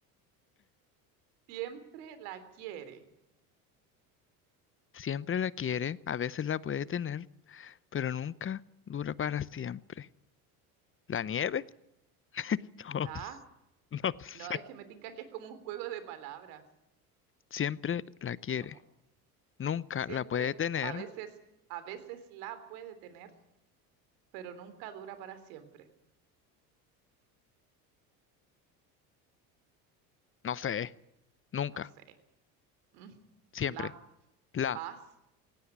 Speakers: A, on the right; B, on the left.
A: Siempre la quiere.
B: Siempre la quiere, a veces la puede tener, pero nunca dura para siempre. ¿La nieve? <laughs>
A: La,
B: No, s- no sé.
A: no, es que me tinca que es como un juego de palabras.
B: Siempre la quiere,
A: Como
B: nunca
A: siempre,
B: la puede tener,
A: a veces, a veces la puede tener, pero nunca dura para siempre.
B: no sé, nunca,
A: No sé. <laughs> Mm,
B: siempre.
A: la.
B: ¿La
A: Paz.